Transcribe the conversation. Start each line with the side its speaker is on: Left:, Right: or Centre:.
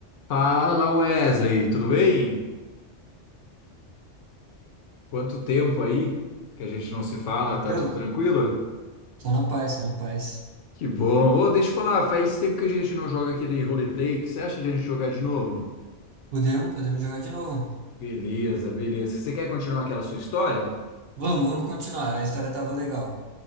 Left: Fala Wesley, tudo bem? Quanto tempo aí que a gente não se fala,
Right: Tranquilo?
Left: tá tudo tranquilo?
Right: Só na paz, só na paz.
Left: Que bom. Ô, deixa eu falar, faz tempo que a gente não joga aquele roleplay, o que você acha de a gente jogar de novo?
Right: Podemos, podemos jogar de novo.
Left: Beleza, beleza. Você quer continuar aquela sua história?
Right: Vamos, vamos continuar. A história tava legal.